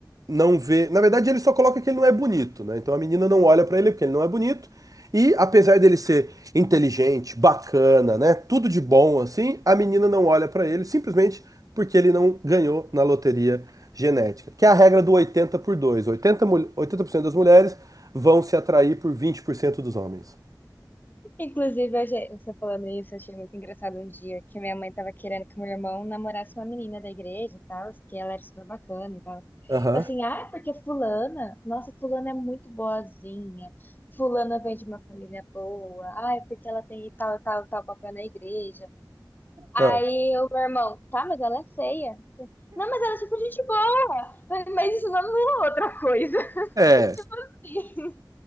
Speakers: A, on the right (about 50°); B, on the left (about 25°).
A: não vê. Na verdade, ele só coloca que ele não é bonito, né? Então a menina não olha pra ele porque ele não é bonito. E apesar dele ser inteligente, bacana, né? Tudo de bom assim, a menina não olha pra ele simplesmente porque ele não ganhou na loteria genética, que é a regra do 80 por 2. oitenta mul- 80% das mulheres vão se atrair por vinte por cento dos homens.
B: Inclusive, eu já- você falando isso, eu achei muito engraçado um dia que minha mãe tava querendo que meu irmão namorasse uma menina da igreja e tal, que ela era super bacana e tal. Eu
A: Aham.
B: assim, ah, é porque fulana, nossa, fulana é muito boazinha, fulana vem de uma família boa, ah, é porque ela tem tal, tal, tal papel na igreja. Aí
A: Ah.
B: o meu irmão, tá, mas ela é feia. Eu assim, não, mas ela é super gente boa, mas mas isso não anula outra coisa.
A: É.
B: <laughs> Tipo assim,